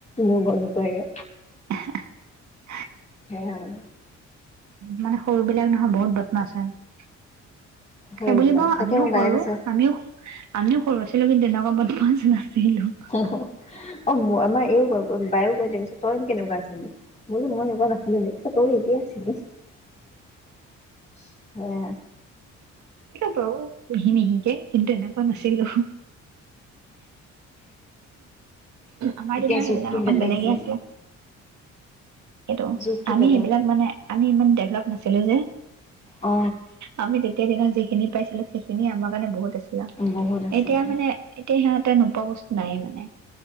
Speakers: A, on the left; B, on the right.
A: লৈ গ'ল নোকোৱাকে।
B: এহ‌এহ
A: দে আৰু।
B: মানে সৰু বিলাক নহয় বহুত বদনাছ হয়।
A: সৰুবিলাক
B: সেই বুলি‌ বাৰু
A: তাকে
B: আমিও
A: আমাৰ
B: সৰু
A: বায়ে কৈছে
B: আমিও আমিও সৰু আছিলো কিন্তু তেনেকুৱা পাঁচ লাখ সিল <unintelligible>
A: অ'। অ মোৰ আমাৰ এইও ক বায়ো কৈ দেিয় পিছত তই কেনেকুৱা আছিলি বোলো মই এনেকুৱা নাছিলো দে পিছ তই এতিে আছিলি সে
B: প কি নিক কিন্তু এনেকুৱা নাছিলো আমাৰ
A: এতিয়া
B: দিনৰ
A: যুগটো
B: সেইবিলাক অকণ
A: বেলেগ
B: বেলেগে
A: যে
B: আছিলে তাকেইো
A: যুগটো
B: আমি
A: বেলেগ
B: সেইবিলাক মানে আমি ইমান ডেভলপ নাছিলো যে
A: অ
B: আমিয়া তেতিয়া দিনত যিিন পাইছিলো স খিনিয় আমাৰ কাৰণে বহুত আছিলা
A: বহুত আছিলে
B: এতিয়া মানে এতিয়া সিহঁত তেনো পোৱা বস্তু নাইে মানে